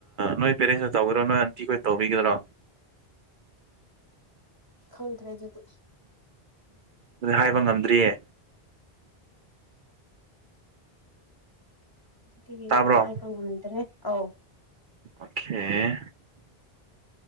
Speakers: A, on the right; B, on the left.
A: ꯅꯣꯏ ꯄꯦꯔꯦꯟꯁꯇ ꯇꯧꯕꯤꯔꯣ ꯅꯣꯏ ꯑꯟꯇꯤꯈꯣꯏ ꯇꯧꯕꯤꯒꯗ꯭ꯔꯣ
B: ꯈꯪꯗ꯭ꯔꯦ ꯑꯗꯨ ꯑꯗꯨ
A: ꯑꯗꯨꯗꯤ ꯍꯥꯏꯕ ꯉꯝꯗ꯭ꯔꯤꯌꯦ
B: ꯑꯗꯨꯗꯤ
A: ꯇꯥꯕ꯭ꯔꯣ
B: ꯍꯥꯏ ꯐꯉꯗ꯭ꯔꯦ ꯑ
A: ꯑꯣꯀꯦ